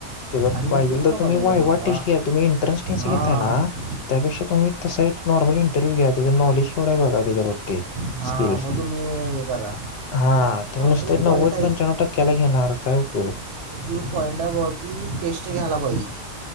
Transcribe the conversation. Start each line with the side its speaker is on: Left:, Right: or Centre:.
Left: त्या
Right: अरे
Left: पाहिजे
Right: मी तेच म्हणालो
Left: तर तुम्ही वायवाट
Right: रे मर्दा
Left: टेस्ट घ्या तुम्ही एंट्रन्स टेस्ट
Right: हां
Left: घेताय ना त्यापेक्षा तुम्ही त नॉर्मल इंटरव्ह्यू घ्या त्या नॉलेज केवढा बघा त्याच्या बाबतीत
Right: हां
Left: स्किल्स
Right: मग तुम्ही हे करा
Left: हा तुम्ही नुसत
Right: ह्यो पॉईंट
Left: नव्व पंच्या्व टक्क्याला घेणार काय उपयोग
Right: त पॉइंट आहे ब की टेस्ट घ्यायला पाहिज